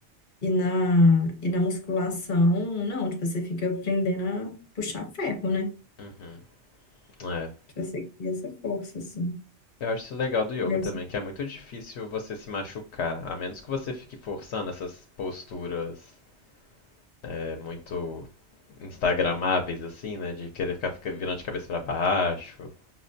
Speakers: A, on the left; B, on the left.
A: e, na, e na musculação, não, tipo, você fica aprendendo a puxar ferro, né?
B: Uhum. É.
A: Tipo, Você cria essa força, assim.
B: Eu acho isso legal do yoga
A: Deve
B: também,
A: ser-
B: que é muito difícil você se machucar, a menos que você fique forçando essas posturas é, muito instagramáveis, assim, né? De querer ficar fica- virando de cabeça pra baixo.